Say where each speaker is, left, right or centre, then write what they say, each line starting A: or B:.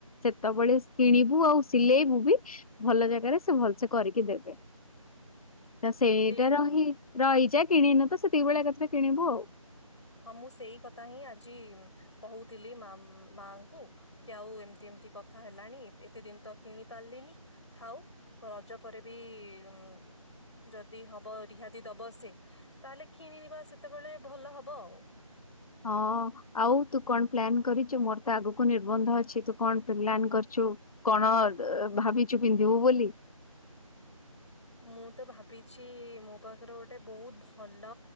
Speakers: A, on the left; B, on the left.
A: ସେତେବେଳେ ସ୍ କିିଣିବୁ ଆଉ ସିଲେଇବୁ ବି ଭଲ ଜାଗାରେ ସେ ଭଲସେ କରିକି ଦେବେ। ତ ସେଇଟା
B: ସେଇ ତ
A: ରହି ରହିଯା କିଣିନ ତ ସେତିକି ବେଳେ ଏକାଥରେ କିଣିବୁ ଆଉ।
B: ହଁ ମୁଁ ସେଇ କଥା ହିଁ ଆଜି-ଇ-ଇ କହୁଥିଲି ମାମ୍ ମାଙ୍କୁ କି ଆଉ ଏମିତି ଏମିତି କଥା ହେଲାଣି। ଏତେ ଦିନ ତ କିଣି ପାରିଲିନି। ଥାଉ ରଜ ପରେ ବି-ଇ-ଇ-ଇ ଯଦି ହବ ରିହାତି ଦବ ସେ। ତାହେଲେ କିଣିବା ସେତେବେଳେ ଭଲ ହବ। <inaudible>
A: ହଁ-ଅ-ଅ ଆଉ ତୁ କଣ ପ୍ଲାନ କରିଛୁ? ମୋର ତ ଆଗକୁ ନିର୍ବନ୍ଧ ଅଛି ତୁ କଣ ପ୍ ପ୍ଲାନ କରିଛୁ। କଣ ଅ ଭାବିଛୁ ପିନ୍ଧିବୁ ବୋଲି?
B: ମୁଁ ତ ଭାବିଛି-ଇ-ଇ ମୋ ପାଖରେ ଗୋଟେ ବହୁତ ଭଲ